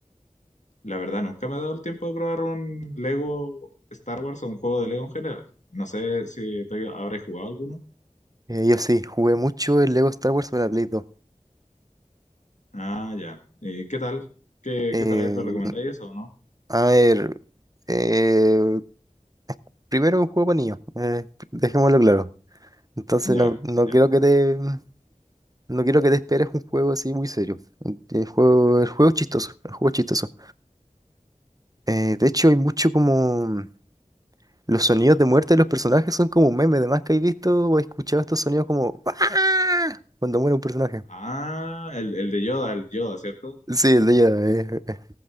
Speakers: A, on the left; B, on the right.
A: La verdad, nunca me he dado el tiempo de probar un Lego Star Wars o un juego de Lego en general. No sé si tú habré jugado alguno.
B: Eh, yo sí, jugué mucho el Lego Star Wars para la Play 2.
A: Ah, ya. ¿Y qué tal? ¿Qué,
B: Eh,
A: qué tal es? ¿Me recomendáis eso o no?
B: a ver, eh, Primero un juego para niños, eh, dejémoslo claro. Entonces
A: Ya,
B: no, no
A: ya.
B: quiero que te no quiero que te esperes un juego así muy serio. El juego, el juego es chistoso, el juego es chistoso. Eh, de hecho hay mucho como los sonidos de muerte de los personajes son como un meme, además que he visto o he escuchado estos sonidos como "Ah", cuando muere un personaje.
A: Ah, el, el de Yoda, el Yoda, ¿cierto?
B: Sí, el de ella es,